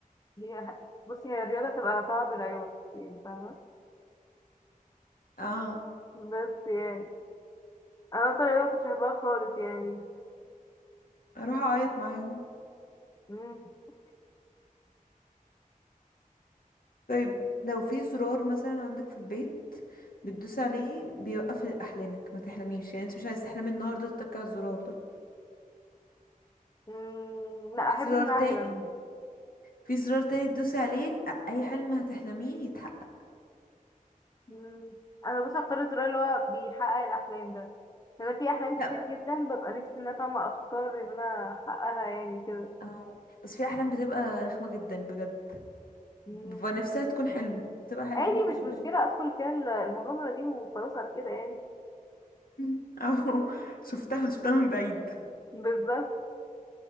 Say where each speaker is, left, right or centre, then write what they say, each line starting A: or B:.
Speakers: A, on the left; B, on the left.
A: هي ح- بصي هي الرياضة تبقى طبعا بالعيوب يعني فاهمة
B: اه
A: بس يعني أنا أصلا الرياضة مكنتش بحبها خالص يعني
B: اروح اعيط معاهم
A: مم.
B: طيب لو في زرار مثلا عندك في البيت بتدوس عليه بيوقف احلامك ما تحلميش يعني انت مش عايز تحلمي النهارده تتك على الزرار ده
A: مم. لا
B: في
A: أحب
B: زرار
A: إن
B: تاني
A: أحلم
B: في زرار تاني تدوسي عليه لأ، اي حلم هتحلميه يتحقق
A: مم. أنا بصي أختار الزرار اللي هو بيحقق الأحلام ده أنا في أحلام
B: لا
A: كتير جدا ببقى نفسي إن أنا فاهمة أختار إن أنا أحققها يعني كده
B: أو. بس في احلام بتبقى رخمه جدا بجد
A: مم.
B: ببقى نفسها تكون حلم بتبقى حلم
A: عادي
B: الحمد
A: مش
B: لله
A: مشكلة أدخل فيها ال- المغامرة دي وخلاص على كده يعني
B: <laughs> مم. او شفتها شفتها من بعيد
A: بالظبط